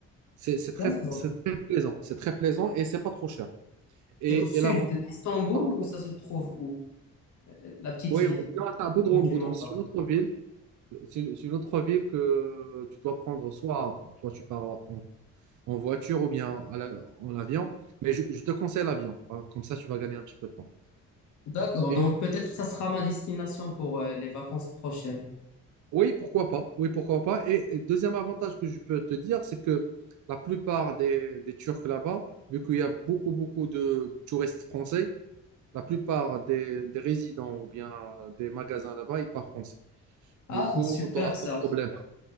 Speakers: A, on the right; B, on the left.
A: c'est c'est très,
B: D'accord.
A: c'est très plaisant. C'est très plaisant et c'est pas trop cher. Et,
B: C'est au sud
A: et l'avant-
B: d'Istanbul
A: l'avantage,
B: ou ça se trouve où? Euh, La petite
A: oui,
B: ville
A: oui, non, c'est à Bodrum.
B: dont tu
A: Bodrum,
B: m'en parles.
A: c'est une autre ville. C'est c'est une autre ville que tu dois prendre soit, soit tu pars en, en voiture ou bien à la- en avion. Mais je, je te conseille l'avion. hein, Comme ça, tu vas gagner un petit peu de temps.
B: D'accord,
A: Et
B: donc peut-être ça sera ma destination pour euh, les vacances prochaines.
A: Oui, pourquoi pas. Oui, pourquoi pas. Et et deuxième avantage que je peux te dire, c'est que la plupart des, des Turcs là-bas, vu qu'il y a beaucoup, beaucoup de touristes français, la plupart des, des résidents ou bien des magasins là-bas, ils parlent français.
B: Ah,
A: Du coup,
B: super
A: tu n'auras
B: ça.
A: pas de problème. Tu